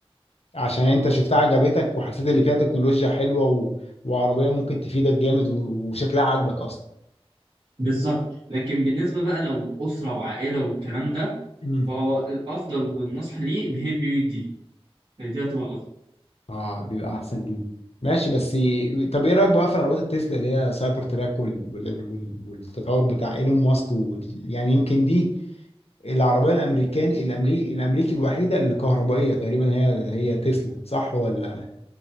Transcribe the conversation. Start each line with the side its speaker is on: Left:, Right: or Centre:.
Left: عشان انت شفتها عجبتك وحسيت اللي فيها تكنولوجيا حلوة و... وعربية ممكن تفيدك جامد و... وشكلها عاجبك اصلا
Right: بالظبط لكن بالنسبه بقى لو اسره وعائله والكلام ده
Left: مم.
Right: فهو الافضل والنصح ليه اللي هي بي يو دي فدي هتبقى افضل
Left: اه بيبقى احسن ليه ماشي بس ي- طب ايه رايك بقى في عربيات التسلا اللي هي سايبر تراك وال... وال... وال... والتطور بتاع ايلون ماسك وال... يعني يمكن دي العربيه الامريكان الامريكي الامريكي الوحيده الكهربائيه تقريبا هي هي تسلا صح ولا